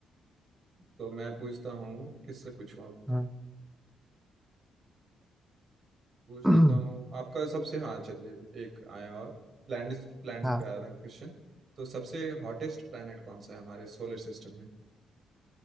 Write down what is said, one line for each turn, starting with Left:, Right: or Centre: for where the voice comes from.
Right: तो मैं पूछता हूँ किससे पूछूं अब
Centre: हम्म
Right: पूछ
Centre: <clears throat>
Right: लेता हूँ आपका सबसे हाँ चलिए एक आया और प्लैनेट प्लैनेट
Centre: हाँ
Right: पे आया था क्वेश्चन तो सबसे हॉटेस्ट प्लैनेट कौन सा है हमारे सोलर सिस्टम में